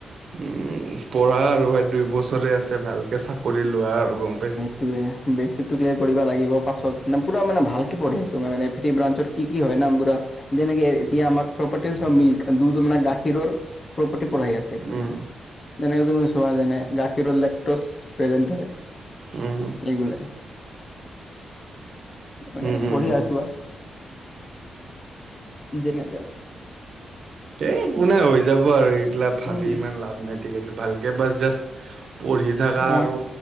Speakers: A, on the right; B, on the left.
A: উম পঢ়া আৰু এই দুই বছৰে আছে ভালকে চাকৰি লোৱা আৰু। গম পাইছা?
B: এইটোৱে বেচিকটো ক্লিয়াৰ কৰিব লাগিব পাছত মান পোৰা মানে ভালকে পঢ়ি আছোঁ মই মানে, <unintelligible> ব্ৰাঞ্চত কি কি হয় <unintelligible> যেনেকে এতিয়া আমাক প্ৰপাৰটি মিল্ক দুধ মানে গাখীৰৰ প্ৰপাৰ্টি পঢ়াই আছে <unintelligible>
A: উম,
B: যেনেকে তুমি চোৱা যেনে গাখীৰৰ লেক্টোচ প্ৰেজেন্ট হয়।
A: উম।
B: এইগোলে মানে
A: উম, উম,
B: পঢ়ি
A: উম।
B: আছোঁ আৰ যেনে তেনে।
A: এই একো নাই হৈ যাব আৰু এইগিলা ভাবি
B: উম
A: ইমান লাভ নাই ঠিক আছে ভালকে বাচ জাষ্ট পঢ়ি থাকা আৰু
B: অ'